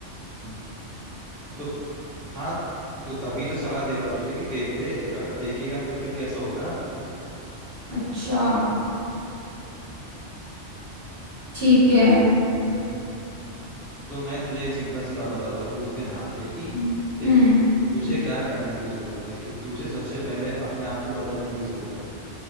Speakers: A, in the centre; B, on the right.
A: हम्म। तो फ- हाँ तो तभी तो सलाह दे रहा हूँ तुझे कि फेंक दे अगर फेंकेगा नहीं तो फिर कैसा होगा
B: अच्छा ठीक है
A: हम्म तो मैं तुझे एक सिंपल सी बात बताता हूँ तू उस पर ध्यान दे कि
B: हम्म
A: देख
B: हम्म
A: तुझे क्या करने की जरूरत है कि तुझे सबसे पहले अपने आप को बदलने की जरूरत है